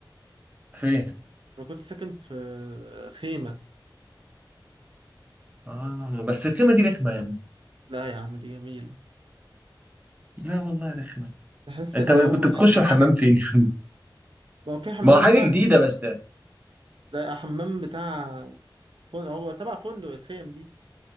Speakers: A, on the right; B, on the right.
A: فين
B: انا كنت ساكن في خيمه
A: آه بس الخيمه دي رخمه يا ابني
B: لا يا عم دي جميله
A: لا والله رخمه
B: تحس
A: انت
B: ان
A: ما
B: هو
A: كنت
B: يعني
A: بتخش الحمام
B: حاجه جديده
A: فين <laughs>
B: هو في حمام
A: ما هو حاجه
B: بقى
A: جديده بس
B: ده حمام بتاع فندق هو تبع فندق الخيم دي